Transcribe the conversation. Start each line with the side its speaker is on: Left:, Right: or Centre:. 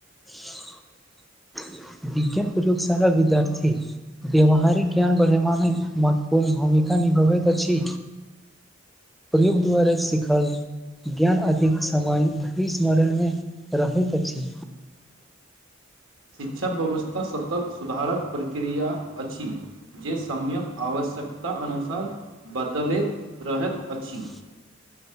Centre: <inaudible> विज्ञान प्रयोगशाला विद्यार्थी व्यावहारिक ज्ञान बढ़ेवा मे महत्वपूर्ण भूमिका नि भवैत अछी प्रयोग द्वारा सिखल ज्ञान अधिक समान धरि स्मरण मे रहैत अछि
Right: शिक्षा व्यवस्था सतत सुधारक प्रक्रिया अछि जे समय्क आवश्यक आवश्यकता अनुसार बदलैत रहैत अछि